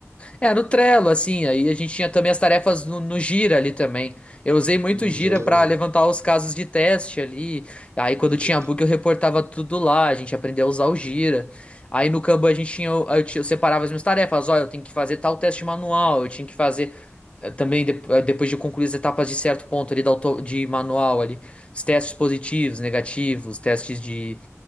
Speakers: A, on the left; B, on the right.
A: É, no Trello, assim, aí a gente tinha também as tarefas no, no Gira ali também. Eu usei muito
B: Hum,
A: o Gira
B: já tá
A: pra
B: bom.
A: levantar os casos de teste ali. Aí quando
B: Entendi,
A: tinha bug eu reportava tudo lá, a gente aprendeu a usar o Gira. Aí no Kanban a gente tinha, eu, eu tinha- eu separava as minhas tarefas, olha, eu tenho que fazer tal teste manual, eu tinha que fazer eh, também de- eh, depois de concluir as etapas de certo ponto ali da auto- de manual ali, os testes positivos, negativos, testes de